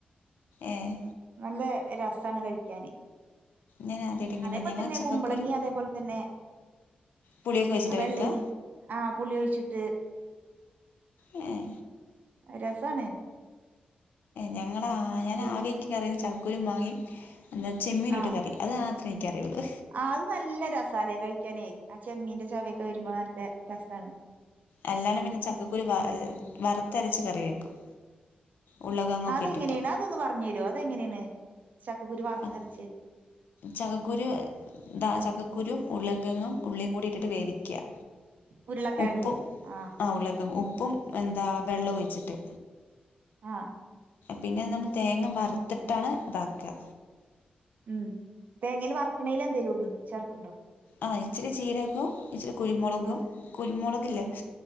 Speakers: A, on the left; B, on the right.
A: ഏഹ്
B: നല്ല രസാണ് കഴിക്കാന്
A: ഞാൻ ആദ്യമായിട്ട് ഇങ്ങനെ
B: അതേപ്പൊൽ
A: ഞങ്ങൾ
B: തന്നെ
A: ചക്കക്കുരും
B: കുമ്പളങ്ങി അതേപോൽ തന്നെ
A: പുളിയൊക്കെ വെച്ചിട്ടാണ്
B: ആ വെള്ളെരി
A: വെക്കുക
B: ആഹ പുളിയൊഴിച്ചിട്ട്
A: എഹ്
B: അഹ് രെസാണ്
A: ഞങ്ങളാ ഞാനാകെ
B: പി
A: ഇക്കറിയുന്നെ ചക്കകുരും മാങ്ങിയും എന്താ ചെമ്മീനുട്ട്
B: ആ
A: കറി അഹ് മാത്രേ ഇൻക്കറിയൊള്ളൂ
B: ആ അഹ് നല്ല രസാലെ കഴിക്കാനേ ആ ചെമ്മീന്റെ ചൊവയൊക്കെ വെരുമ്പോ നല്ല രെസാണ്
A: അല്ലാണ്ട് പിന്നെ ചക്കക്കുരു വ വറുത്തരച്ച് കറി വെക്കും ഉരുളക്കിഴങ്ങൊക്കെ
B: ആഹ് അതെങ്ങനെയാണ്
A: ഇട്ടിട്ട്
B: അതൊന്ന് പറഞ്ഞെരോ അതെങ്ങെനേണ് ചക്കക്കുരു വർത്തര്ച്ച്
A: അത് ചക്കക്കുരു ദാ ചക്കക്കുരും ഉര്ള്ളക്കെങ്ങും ഉള്ളിയും കൂടിട്ടിട്ട് വേവിക്യാ
B: ഉരുളക്കിഴങ്ങും
A: ഉപ്പും
B: ആഹ്
A: ആ ഉള്ളേക്കേങ്ങും ഉപ്പും എന്താ വെള്ളം ഒഴിച്ചിട്ട്
B: ആഹ
A: പിന്നെ നമ്മള് തേങ്ങ വർത്ത്ട്ടാണ് ഇതാക്കാ
B: ഉം തേങ്ങേല് വർക്ണേലെന്തേലും ഇട് ചേർക്ണ്ടോ?
A: ആഹാ ഇച്ചിരി ചീരകവും ഇച്ചിരി കുരുമുളകും
B: ആഹ്
A: കുരുമുളകില്ലെ
B: ആഹ്